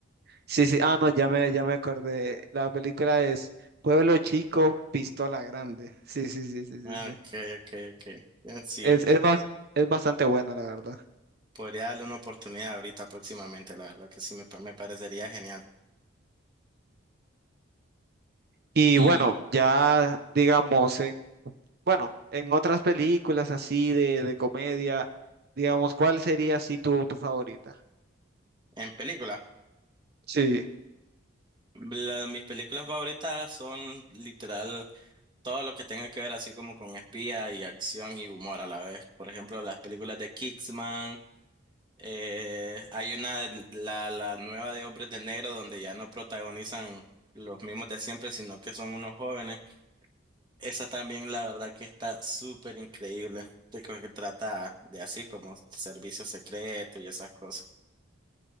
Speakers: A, on the right (about 50°); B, on the right (about 25°).
A: Sí, sí, ah, no, ya me, ya me acordé. La película es Pueblo Chico, Pistola Grande. Sí, sí, sí, sí, sí,
B: Ah,
A: sí.
B: Ok, ok, ok. Eh, Sí,
A: Es, es, bas- es bastante buena, la verdad.
B: podría darle una oportunidad ahorita próximamente, la verdad que sí, me, pa- me parecería genial.
A: Y
B: Y
A: bueno, ya digamos, en- bueno, en otras películas así de, de comedia, digamos, ¿cuál sería así tu, tu favorita?
B: en película,
A: Sí.
B: la- mis películas favoritas son literal todo lo que tenga que ver así como con espía y acción y humor a la vez. Por ejemplo, las películas de Kingsman. Eh, hay una, de- la, la nueva de Hombres de Negro, donde ya no protagonizan los mismos de siempre, sino que son unos jóvenes. Esa también, la verdad, que está súper increíble. de que que trata de así como servicio secreto y esas cosas.